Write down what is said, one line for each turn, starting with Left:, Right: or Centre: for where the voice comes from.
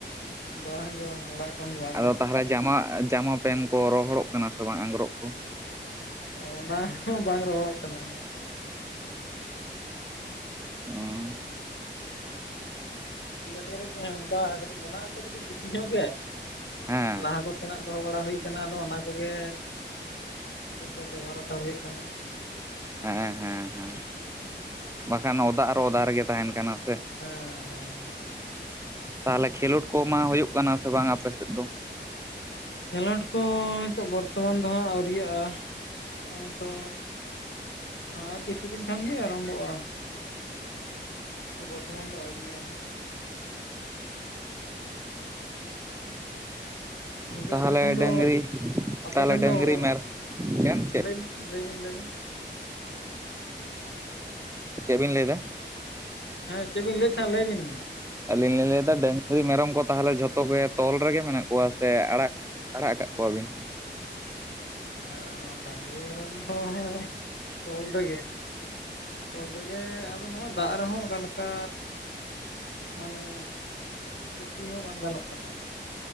Left: ᱵᱟᱝᱜᱮ ᱵᱟᱝ ᱜᱮ ᱵᱟᱝ ᱚᱲᱟᱜ ᱠᱷᱚᱱ ᱵᱟᱝ
Right: ᱟᱫᱚ
Left: ᱜᱟᱱᱚᱜ
Right: ᱛᱟᱦᱞᱮ
Left: ᱠᱟᱱᱟ ᱚᱰᱚᱝ᱾
Right: ᱡᱟᱢᱟ, ᱡᱟᱢᱟ᱾ ᱯᱮᱱ ᱠᱚ ᱨᱚᱦᱚᱲᱚᱜ ᱠᱟᱱᱟ ᱥᱮ ᱵᱟᱝ ᱟᱝᱜᱨᱚᱵ ᱠᱚ?
Left: ᱚᱱᱟ ᱦᱚᱸ ᱵᱟᱝ ᱨᱚᱦᱚᱲᱚᱜ ᱠᱟᱱᱟ᱾
Right: ᱚᱸᱻ
Left: ᱴᱮᱨᱮ ᱚᱱᱠᱟ ᱠᱟᱹᱴᱤᱡ ᱢᱮᱱᱟᱜ ᱟᱛᱚ ᱠᱟᱹᱴᱤᱡ ᱵᱤᱥᱤ ᱧᱚᱜ ᱜᱮ,
Right: ᱦᱮᱸ
Left: ᱞᱟᱦᱟ ᱠᱚ ᱚᱛᱮᱱᱟᱜ ᱫᱚᱦᱚ ᱵᱟᱲᱟ ᱦᱩᱭ ᱠᱟᱱᱟ, ᱟᱫᱚ ᱚᱱᱟ ᱠᱚᱜᱮ ᱱᱤᱛᱚᱜ ᱫᱚ ᱵᱮᱵᱚᱦᱟᱨ ᱦᱟᱛᱟᱲ ᱦᱩᱭᱩᱜ ᱠᱟᱱᱟ᱾
Right: ᱦᱮᱸ ᱦᱮᱸ ᱦᱮᱸ ᱵᱟᱠᱷᱟᱱ ᱚᱫᱟ ᱟᱨ ᱚᱫᱟ ᱨᱮᱜᱮ ᱛᱟᱸᱦᱮᱱ ᱠᱟᱱᱟ ᱥᱮ᱾
Left: ᱦᱮᱸ ᱦᱮᱸ ᱦᱮᱸ᱾
Right: ᱛᱟᱦᱚᱞᱮ ᱠᱷᱮᱞᱳᱰ ᱠᱚᱢᱟ ᱦᱳᱭᱳᱜ ᱠᱟᱱᱟ ᱥᱮ ᱵᱟᱝ ᱟᱯᱮ ᱥᱮᱫ ᱫᱚ?
Left: ᱠᱷᱮᱸᱞᱳᱰ ᱠᱚ ᱱᱤᱛᱚᱜ ᱵᱚᱨᱛᱚᱢᱟᱱ ᱫᱚ ᱦᱟᱸᱜ ᱟᱹᱣᱨᱤᱭᱟᱜᱼᱟ᱾ ᱱᱚᱸᱜᱼᱚᱭ ᱛᱚ ᱟᱨ ᱠᱤᱪᱷᱩ ᱫᱤᱱ ᱠᱷᱟᱱ ᱜᱤ ᱟᱨᱟᱢᱵᱚᱜᱼᱟ᱾ ᱵᱚᱨᱛᱚᱢᱟᱱ ᱫᱚ ᱟᱹᱣᱨᱤᱭᱟ ᱦᱟᱸᱜ᱾ ᱜᱚᱝᱠᱮ
Right: ᱛᱟᱦᱚᱞᱮ
Left: ᱟᱯᱮᱥᱮᱱ ᱫᱚ,
Right: ᱰᱟᱹᱝᱨᱤ
Left: ᱟᱯᱮᱥᱮᱱ
Right: ᱛᱟᱦᱚᱞᱮ ᱰᱟᱹᱝᱨᱤ
Left: ᱫᱚ,
Right: ᱢᱮᱨ
Left: ᱦᱮᱸ
Right: ᱪᱮᱫ
Left: ᱦᱮᱸ
Right: ᱪᱮᱫ
Left: ᱞᱟᱹᱭ ᱞᱟᱹᱭᱵᱤᱱ ᱞᱟᱹᱭᱵᱤᱱ᱾
Right: ᱪᱮᱫ ᱵᱤᱱ ᱞᱟᱹᱭᱫᱟ?
Left: ᱦᱮᱸ ᱪᱮᱫ ᱵᱤᱱ ᱞᱟᱹᱭᱮᱫ ᱛᱟᱦᱮᱸ ᱞᱟᱹᱭ ᱵᱤᱱ ᱢᱟ᱾
Right: ᱟᱹᱞᱤᱧ ᱞᱤᱧ ᱞᱟᱹᱭᱫᱟ ᱰᱟᱹᱝᱨᱤ ᱢᱮᱨᱚᱢ ᱠᱚ ᱛᱟᱦᱚᱞᱮ ᱡᱷᱚᱛᱚ ᱜᱮ ᱛᱚᱞ ᱨᱮᱜᱮ ᱢᱮᱱᱟᱜ ᱠᱚᱣᱟ ᱥᱮ ᱟᱲᱟᱜ ᱟᱲᱟᱜ ᱠᱟᱫ ᱠᱚᱣᱟᱵᱤᱱ?
Left: ᱚ ᱰᱟᱝᱨᱤ ᱢᱮᱨᱚᱢ ᱫᱚ ᱛᱳᱞ ᱨᱮᱜᱮ᱾ ᱛᱚᱞ ᱨᱮᱜᱮ ᱟᱫᱚ ᱱᱚᱣᱟ ᱫᱟᱜ ᱨᱮᱦᱚᱸ ᱚᱠᱟᱞᱮᱠᱟ ᱢᱟᱱᱮ ᱮᱸᱜ ᱤᱫᱤ ᱦᱚᱸ ᱵᱟᱝ ᱜᱟᱱᱚᱜ ᱠᱟᱱᱟ᱾